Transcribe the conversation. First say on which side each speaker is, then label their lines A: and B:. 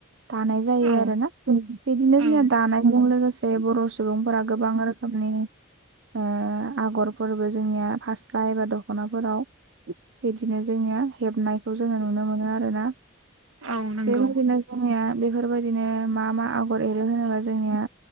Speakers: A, on the right; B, on the right.
A: दानाय जायो
B: औ
A: आरोना बिदिनो
B: औ
A: जोंना दानायजों लोगोसे बर सुबुंफोरा गोबां रोखोमनि ओ आगरफोरबो जोंनिया फार सा एबा दखनाफोराव बिदिनो जोंनिया हेबनायखौ जोङो नुनो मोनो आरो ना।
B: औ नंगौ
A: बेबायादिनो जोंनिया बेफोरबायदिनो मा मा आगर एरो होनोब्ला जोंनिया